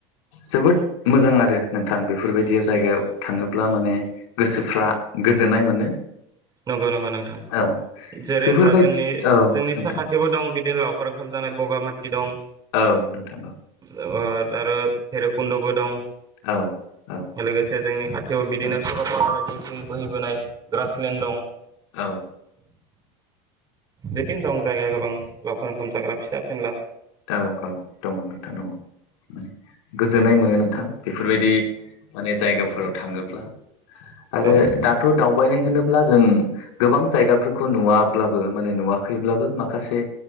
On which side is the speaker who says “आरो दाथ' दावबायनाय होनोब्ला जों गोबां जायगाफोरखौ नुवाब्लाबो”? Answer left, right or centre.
Left